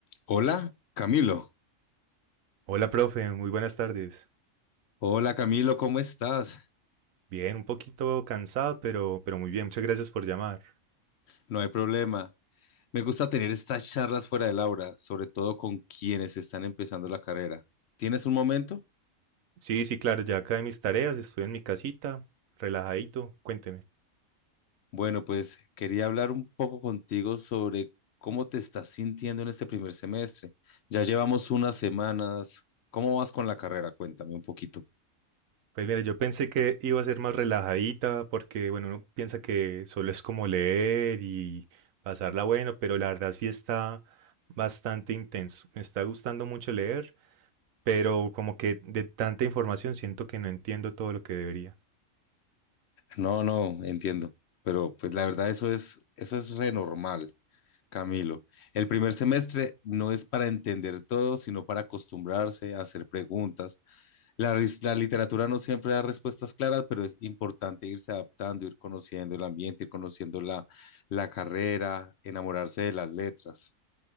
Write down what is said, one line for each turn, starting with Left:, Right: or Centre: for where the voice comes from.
Left: Hola, Camilo.
Right: Hola, profe, muy buenas tardes.
Left: Hola, Camilo, ¿cómo estás?
Right: Bien, un poquito cansado, pero, pero muy bien, muchas gracias por llamar.
Left: No hay problema. Me gusta tener estas charlas fuera del aula, sobre todo con quienes están empezando la carrera. ¿Tienes un momento?
Right: Sí, sí, claro, ya acabé mis tareas, estoy en mi casita, relajadito, cuénteme.
Left: Bueno, pues quería hablar un poco contigo sobre cómo te estás sintiendo en este primer semestre. Ya llevamos unas semanas. ¿Cómo vas con la carrera? Cuéntame un poquito.
Right: Pues mira, yo pensé que iba a ser más relajadita, porque bueno, uno piensa que solo es como leer y pasarla bueno, pero la verdad sí está bastante intenso. Me está gustando mucho leer, pero como que de tanta información siento que no entiendo todo lo que debería.
Left: No, no, entiendo. Pero pues la verdad eso es, eso es re normal. Camilo, el primer semestre no es para entender todo, sino para acostumbrarse a hacer preguntas. La, ris- la literatura no siempre da respuestas claras, pero es importante irse adaptando, ir conociendo el ambiente, ir conociendo la, la carrera, enamorarse de las letras.